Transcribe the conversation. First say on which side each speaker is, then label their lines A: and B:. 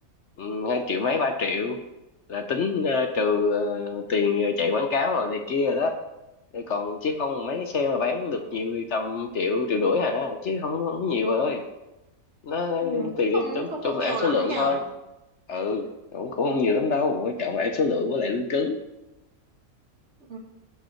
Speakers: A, on the left; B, on the right.
A: ừ, hai triệu mấy ba triệu là tính ờ, trừ ờ, tiền chạy quảng cáo rồi này kia rồi đó Rồi còn chứ không mấy cái xe mà bán được nhiều thì tầm triệu triệu rưỡi à chứ không không nhiều bà ơi nó
B: ừ, cũng
A: thì
B: không
A: chung
B: không
A: chung
B: không
A: là
B: nhiều
A: ăn số
B: lắm
A: lượng
B: nhờ
A: thôi ừ cũng cũng không nhiều lắm đâu quan trọng là ăn số lượng với lại lương cứng
B: ừ.